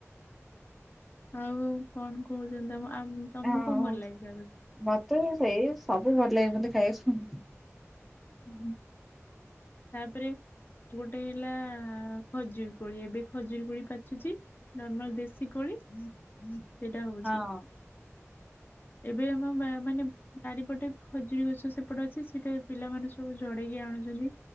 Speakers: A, on the left; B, in the centre.
A: ଆଉ କଣ କହୁଛନ୍ତି ତମ ତମକୁ
B: ହଁ
A: କଣ
B: ହଁ।
A: ଭଲ ଲାଗେ ଖାଇବାକୁ?
B: ମତେ ସେଇ ସବୁ ଭଲ ଲାଗେ ମୋତେ ଖାଇବାକୁ <unintelligible>
A: ହୁଁ ହୁଁ ତାପରେ ଗୋଟେ ହେଲା ଖଜୁର କୋଳି, ଏବେ ଖଜୁରି କୋଳି ପାଚୁଛି। ନର୍ମାଲ ଦେଶୀ କୋଳି, ସେଇଟା ହଉଛି।
B: ହଁ।
A: ଏବେ ଆମ ମାନେ ବାରିପଟେ ଖଜୁରୀ ଗଛ ସେପଟେ ଅଛି ସେଠି ପିଲାମାନେ ସବୁ ଝଡେଇକି ଆଣୁଛନ୍ତି।